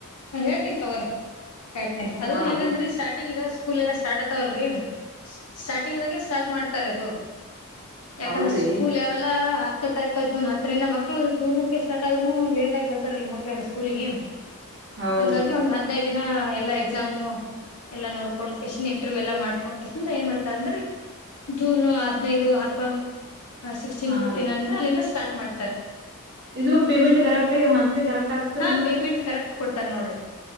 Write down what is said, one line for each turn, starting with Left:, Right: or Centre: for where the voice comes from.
Left: ಹೇಳ್ತೀನ್ ತಗೋರೀ ಹೇಳ್ತೀನ್ರೀ ಅದು
Right: ಹಾ
Left: ಹೆಂಗಂದ್ರೀ
Right: ರೀ
Left: ಸ್ಟಾರ್ಟಿಂಗ್ ಈಗ ಸ್ಕೂಲ್ ಸ್ಟಾರ್ಟ್ ಆ ವಲ್ರಿ ಸ್ಟಾರ್ಟಿಂಗಿದ್ದಾಗೆ ಸ್ಟಾರ್ಟ್ ಮಾಡ್ತ ತಾರೀ ಅದು ಯಾಕಂದ್ರೆ
Right: ಹೌದ್ರಿ
Left: ಸ್ಕೂಲ್ ಅವೆಲ್ಲ ಹತ್ತನೇ ತಾರೀಕು ಜೂನ್ ಹತ್ತರಿಂದ ಮಕ್ಕಳು ಜೂನಕ್ಕ ಸ್ಟಾರ್ಟ ಆದ್ರೂನು ಲೇಟ್ ಆಗಿ ಬರ್ತಾರಲ್ ಮಕ್ಕಳೆಲ್ಲ ಸ್ಕೂಲಿಗೆ
Right: ಹೌದ್ರಿ
Left: ಹಂಗಾಗಿ ಒಂದ್ ಹದ್ನೈದು ದಿನ ಎಲ್ಲಾ ಎಕ್ಸಾಮು ಎಲ್ಲ ನೋಡ್ಕೊಂಡು ಕೆಸಿಂದ ಇಂಟರ್ವ್ಯೂ ಎಲ್ಲ ಮಾಡ್ಕೊಂಡ್ ಕೆಸಿಂದ ಏನ್ ಮಾಡ್ತಾರ ಅಂದ್ರೀ ಜೂನ್ ಹದ್ನೈದು ಹತ್ತು ಸಿಕ್ಸ್ಟೀನ್
Right: ಹಾ
Left: ಫಿಫ್ಟೀನ್
Right: ರೀ
Left: ಅಂದ್ರ ಅಲ್ಲಿಂದ ಸ್ಟಾರ್ಟ್ ಮಾಡ್ತಾರೀ.
Right: ಇದು ಪೇಮೆಂಟ್ ಕರೆಕ್ಟ್ ಆಗೇ ಮಂತ್ಲಿ ಕರೆಕ್ಟ್ ಆಗ್ತದ್ರೀ
Left: ಹಾ
Right: ಮೇಡಮ್ರೀ?
Left: ಪೇಮೆಂಟ್ ಕರೆಕ್ಟ್ ಕೊಡ್ತಾರ ನೋಡ್ರಿ